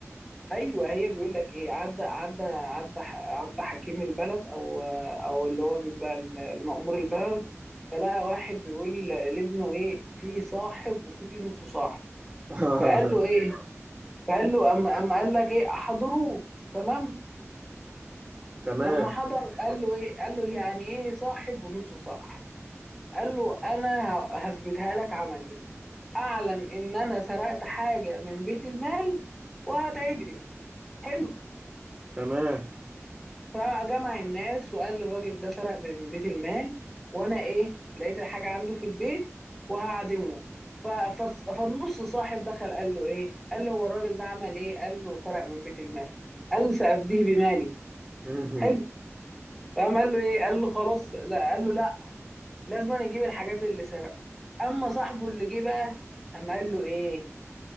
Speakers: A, in the centre; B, on the right.
A: ايوه هي بيقول لك ايه عدى عدى عدى ح- عدى حكيم البلد او او اللي هو بيبقى المأمور البلد فلقى واحد بيقول لابنه ايه في صاحب وفي نص صاحب
B: <laughs>
A: فقال له ايه فقال له أم أم قال لك ايه احضروه تمام
B: تمام
A: لما حضر قال له ايه قال له يعني ايه صاحب ونص صاحب قال له انا ه- هثبتها لك عملي اعلن ان انا سرقت حاجه من بيت المال وهتعدم حلو
B: تمام
A: فجمع الناس وقال الراجل ده سرق من بيت المال وانا ايه لقيت الحاجه عنده في البيت وهعدمه ف- فص- فالنص صاحب دخل قال له ايه قال له هو الراجل ده عمل ايه قال له سرق من بيت المال قال له سأفديه بمالي
B: مهم.
A: حلو فقام قال له ايه قال له خلاص لا قال له لا لازم أن يجيب الحاجات اللي سرقها اما صاحبه اللي جه بقى اما قال له ايه